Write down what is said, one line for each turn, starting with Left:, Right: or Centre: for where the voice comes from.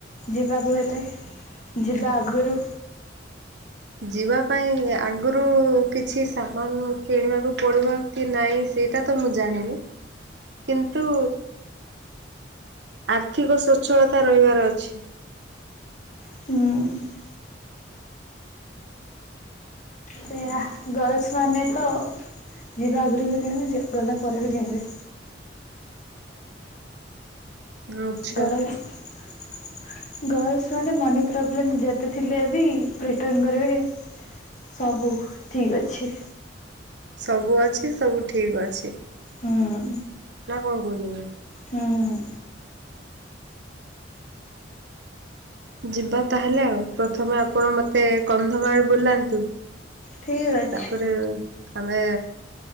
Left: ଯିବାକୁ ହେଲେ। ଯିବାଆଗରୁ।
Right: ଯିବା ପାଇଁ ଆଗରୁ କିଛି ସାମାନ କିଣିବାକୁ ପଡ଼ିବ। କି ନାଇଁ ସେଇଟା ତ ମୁଁ ଜାଣିନି କିନ୍ତୁ। ଆର୍ଥିକ ସଚ୍ଛଳତା ରହିବାର ଅଛି।
Left: ହୁଁ ସେଇଆ ଗର୍ଲସ ମାନେ ତ ଯିବା ଆଗରୁ ବି କିଣିବେ ଗଲା ପରେ ବି କିଣିବେ।
Right: ଆଚ୍ଛା
Left: ଗଲର୍ସ ଗର୍ଲସ ମାନେ ମନି ପ୍ରୋବ୍ଲେମ ଯେତେ ଥିଲେ ବି ପ୍ରିଟନ୍ କରିବେ। ସବୁ ଠିକ୍ ଅଛି।
Right: ସବୁ ଅଛି ସବୁ ଠିକ ଅଛି।
Left: ହୁଁ
Right: ନା କଣ କହୁଛନ୍ତି ଆଉ?
Left: ହୁଁ।
Right: ଯିବା ତାହେଲେ ଆଉ ପ୍ରଥମେ ଆପଣ ମତେ କନ୍ଧମାଳ ବୁଲାନ୍ତୁ।
Left: ଠିକ୍ ଅଛି
Right: ତାପରେ ଆମେ